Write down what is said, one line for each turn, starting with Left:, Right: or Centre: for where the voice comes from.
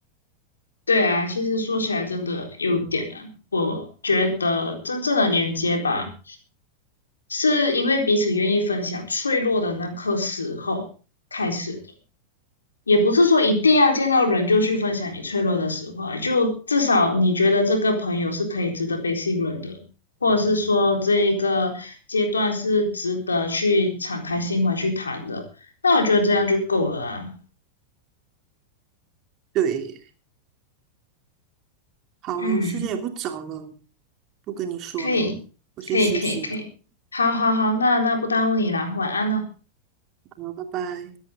Left: 对啊，其实说起来真的有点啊，我觉得真正的连接吧，是因为彼此愿意分享脆弱的那刻时候开始的。也不是说一定要见到人就去分享你脆弱的时候啊，就至少你觉得这个朋友是可以值得被信任的，或者是说这一个阶段是值得去敞开心怀去谈的，那我觉得这样就够了啊。
Right: 对耶好了，
Left: 嗯，
Right: 时间也不早了，不跟你说了，
Left: 可以，
Right: 我先休息了，
Left: 可以，可以，可以。好好好，那那不耽误你啦，晚安啦。
Right: 好，拜拜。